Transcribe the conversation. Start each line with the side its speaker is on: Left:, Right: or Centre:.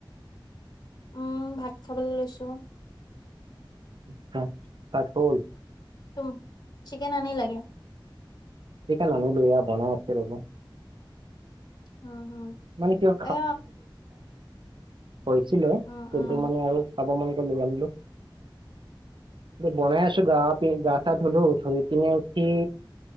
Left: উম ভাত খাবলৈ লৈছো।
Right: <unintelligible> ভাত হল
Left: তুম চিকেন আনি লাগে?
Right: <unintelligible>
Left: উম হম
Right: মানে কিয়
Left: এ
Right: কৈছিলে
Left: উম
Right: কিন্তু মানে আৰু খাব মন গ'ল লৈ আনিলোঁ। বনাই আছো গা প গা চা ধলো পিনে উঠি